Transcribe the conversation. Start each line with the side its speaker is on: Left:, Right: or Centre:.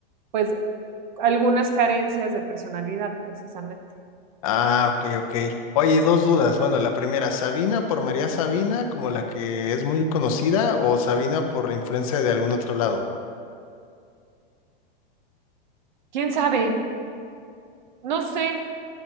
Right: pues algunas carencias de personalidad, precisamente.
Left: Ah, ok, ok. Oye, dos dudas. Bueno, la primera, ¿Sabina por María Sabina, como la que es muy conocida, o Sabina por la influencia de algún otro lado?
Right: ¿Quién sabe? No sé.